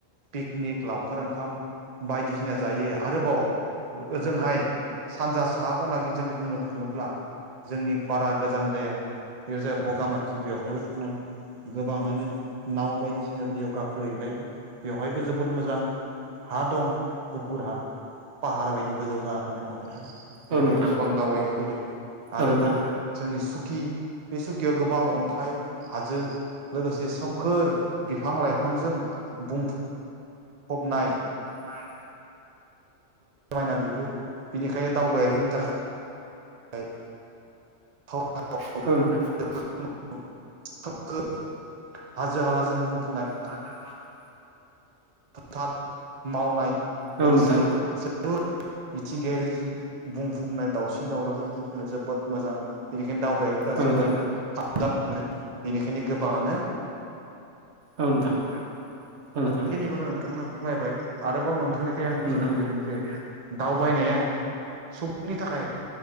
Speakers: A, on the right; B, on the right.
A: पिकनिक लावखार ओंखाम बायदिसिना जायो आरोबाव ओजोंहाय सानजा साहा ख'नाखि जों बुंनो थाङोब्ला जोंनि बारा गोजान जाया बे जाय ब'गामाथि बेवहायबो थांनानै गोबाङानो नाव बायदिसिना दैयाव गाखोहैलायो बेवहायबो जोबोद मोजां हा दं गुफुर हा पाहार बायदि गोजौ जाना थानाय अन्थाइ बेवहायबो
B: औ नोंथां
A: गोबां दावबायनो फैयो। आरोबाव
B: औ नोंथां
A: जोंनि सुकि बे सुकियाव गोबां अन्थाइ हाजो लोगोसे सोमखोर बिफां-लाइफांजों बुंफु फबनाय
B: नाय
A: समायना बिबो बिनिखायनो दावबायारिनि थाखाय <unintelligible>
B: <unintelligible>
A: <unintelligible> सोमखोर हाजो-हालाजों बुंफ'नाय
B: हांखो-हालाजों
A: थार मावनाय
B: औ
A: लोगोसे
B: नोंथां
A: जों मिथिंगायारि जि बुंफबनाय दाउसिन-दाउलाजों बुंफुंनाय जोबोद मोजां बेनिखायनो दावबायारिफोरा
B: औ नोंथां औ
A: जोबोद
B: नोंथां
A: आदान मोनो बेनिखायनो गोबाङानो
B: ओ नोथां ओ नोंथां
A: खौनो नोंथांनो फोरमायबाय आरोबाव नोंथांनिफ्राय आं मिथिनो
B: औ नोंथां
A: लुबैगोन जे दावबायनाया सुबुंनि थाखाय